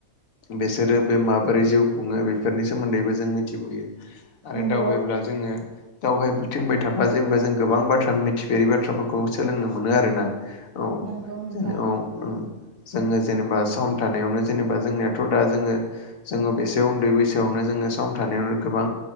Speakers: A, on the left (about 70°); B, on the right (about 75°).
A: बेसोरो बे माबोरै जिउ खुङो बेफोरनि। सोमोन्दैबो जों मिथिबोयो आरो
B: नंगौ
A: दावबायायोब्ला जोङो। दावहाय बुथिंबाय थाबा जेनबा जों गोबां बाथ्रा मिथिफेरि बाथ्राफोरखौ सोलोंनो मोनो आरोना। औ
B: नंगौ नोंथां
A: जेने औ उम जोङो जेनेबा सम थानायावनो जेनेबा जोंनियाथ दा जोङो। जोङो बेसे उन्दै बैसोआवनो जोङो सम थानायावनो गोबां।